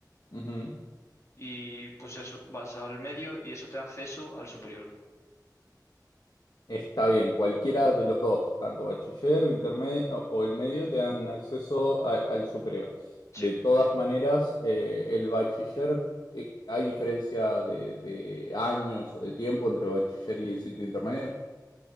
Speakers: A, on the left; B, on the left.
A: Ujú.
B: Y pues eso, vas al medio y eso te da acceso al superior.
A: Está bien, cualquiera de los dos, tanto bachiller o intermedio o o el medio, te dan acceso a- al superior.
B: Sí.
A: De todas maneras, eh, el bachiller, eh, ¿hay diferencia de, de años o de tiempo entre bachiller y ciclo intermedio?